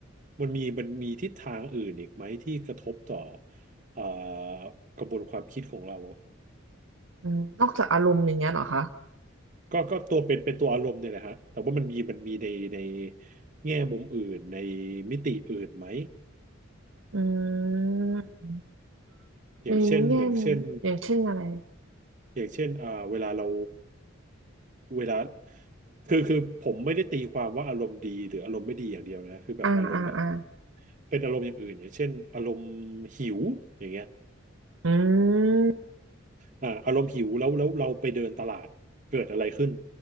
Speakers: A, on the right (about 40°); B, on the right (about 70°).
A: มันมีมันมีทิศทางอื่นอีกไหมที่กระทบต่อเอ่อกระบวนความคิดของเรา
B: อืมนอกจากอารมณ์อย่างเงี้ยเหรอคะ
A: ก็ก็ตัวเป็นเป็นตัวอารมณ์เนี่ยแหละฮะแต่ว่ามันมีมันมีในในแง่มุมอื่นในมิติอื่นไหม
B: อืม
A: อย่างเช่นอย่างเช่น
B: ในแง่มุมอย่างเช่นอะไร
A: อย่างเช่นอ่าเวลาเราเวลาคือคือผมไม่ได้ตีความว่าอารมณ์ดีหรืออารมณ์ไม่ดีอย่างเดียวนะคือแบบอารมณ์แบบ
B: อ่าอ่าอ่า
A: เป็นอารมณ์อย่างอื่นอย่างเช่นอารมณ์หิวอย่างเงี้ย
B: อืม
A: อ่าอารมณ์หิวแล้วแล้วเราไปเดินตลาดเกิดอะไรขึ้น